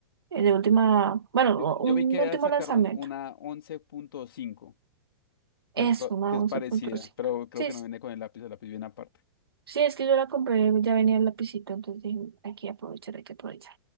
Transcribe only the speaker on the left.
Yo,
yo
vi que
ya sacaron
una once punto cinco que
es, co-
que es
parecida, pero creo
que
no viene con el lápiz, el lápiz viene aparte.